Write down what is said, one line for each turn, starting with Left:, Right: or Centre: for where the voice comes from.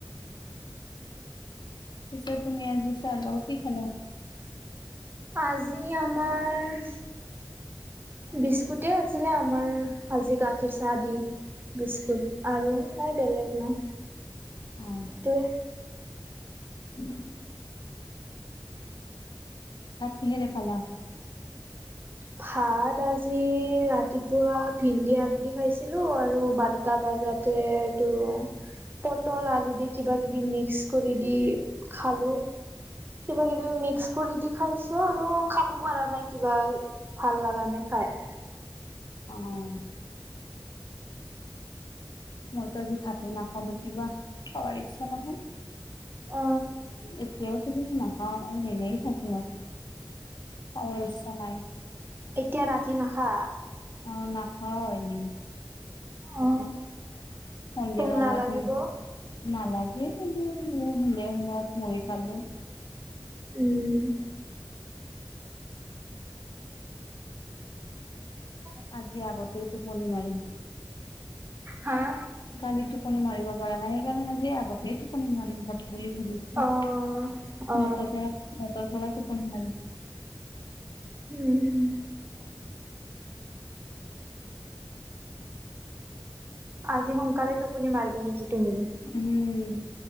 Left: পিছে, তুমি আজি চাহৰ লগত কি খালা?
Right: আজি আমাৰ বিস্কুটে আছিলে আমাৰ, আজি গাখীৰ চাহ দি। বিস্কুট, আৰু নাই বেলেগ নাই,
Left: অ
Right: সেইটোৱে।
Left: <unintelligible> ভাত কিহেৰে খালা?
Right: ভাত আজি ৰাতিপুৱা, ভিন্দি-আলু দি ভাবিছিলোঁ, আৰু বাৰ টা বজাতে এইটো। পটল, আলু দি কিবা-কিবি মিক্স কৰি দি খালোঁ। কিবা-কিবি মিক্স কৰি দি খাইছোঁ আৰু খাব পৰা নাই কিবা। ভাল লগা নাই, খাই।
Left: অ'! মইতো আজি ভাতে নাখালোঁ, কিবা খাৱাৰ ইচ্ছা নহ'ল।
Right: অ
Left: এতিয়াও, তুমি নাখাওঁ, এনেই থাকিম আৰু। খাৱাৰ ইচ্ছা নাই।
Right: এতিয়া ৰাতি নাখা?
Left: অ'! নাখাওঁ এনেই। <unintelligible>
Right: অ
Left: সন্ধিয়াৰ
Right: ভোক
Left: সময়ত,
Right: নালাগিব
Left: উম। নালাগে <unintelligible> এই সময়ত মুড়ি খালোঁ।
Right: উম! <unintelligible>
Left: আজি, আগতেই টোপনি মাৰিম।
Right: হা?
Left: কালি টোপনি মাৰিব পৰা নাই। সেইকাৰণে, আজি আগতেই টোপনি মাৰিম, ভাব বুলি ভাবিছো,
Right: অ অ
Left: নটাৰ পৰা নটাৰ পৰা টোপনি মাৰিম।
Right: উম
Left: অহ
Right: আজি সোনকালে টোপনি মাৰিবি নেকি তুমি?
Left: উম